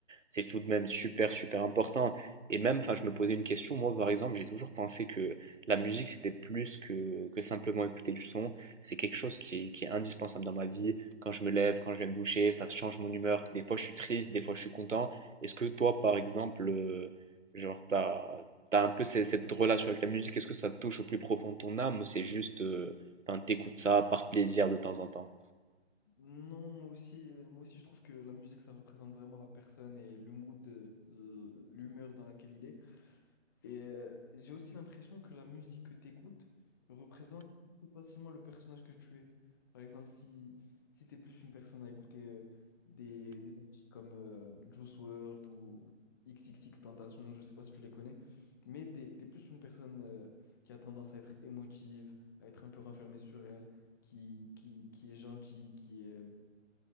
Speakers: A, on the right (about 80°); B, on the left (about 15°).
A: c'est tout de même super, super important. Et même, enfin, je me posais une question, moi, par exemple, j'ai toujours pensé que la musique, c'était plus que, que simplement écouter du son. C'est quelque chose qui est, qui est indispensable dans ma vie. Quand je me lève, quand je vais me doucher, ça change mon humeur. Des fois, je suis triste, des fois, je suis content. Est-ce que toi, par exemple, euh, genre, t'as, t'as un peu ces- cette relation avec la musique? Est-ce que ça te touche au plus profond de ton âme ou c'est juste, euh, enfin, t'écoutes ça par plaisir de temps en temps?
B: Non, moi aussi, euh, moi aussi je trouve que la musique, ça représente vraiment la personne et le mood, euh, l'humeur dans laquelle il est. Et euh, j'ai aussi l'impression que la musique que tu écoutes représente plus facilement le personnage que tu es. Par exemple, si, si tu es plus une personne à écouter euh, des, des artistes comme euh, Juice World ou XXXTentacion, je sais pas si tu les connais, mais tu es, plus une personne euh, qui a tendance à être émotive, à être un peu renfermée sur elle, qui, qui, qui est gentille, qui est, euh,